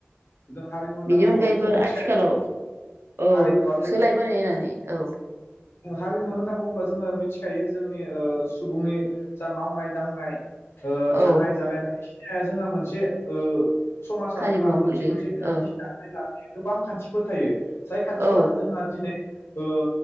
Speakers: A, on the left; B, on the right.
A: जों हारिमु होनना
B: बेनि
A: बुङोब्लाथ'
B: अनगायैबो
A: जों मिथिखायो
B: आथिखालाव औ
A: हारिमुवाथ'
B: सोलायबोनाय होननानै औ।
A: हारिमु होनना बुङोब्ला जोङो मिथिखायो जोंनि ओ सुबुंनि जा मावनाय दांनाय ओ
B: औ
A: थानाय जानाय <unintelligible> जोंहा मोनसे ओ समाजा
B: हारिमुआव
A: जोंहा मोन
B: गोग्लैयो
A: जे मोनसे थांखि
B: औ
A: दानानै लाना गोबां खान्थिफोर थायो। जाय खान्थिफोरानो
B: औ
A: जोंहा दिनै ओ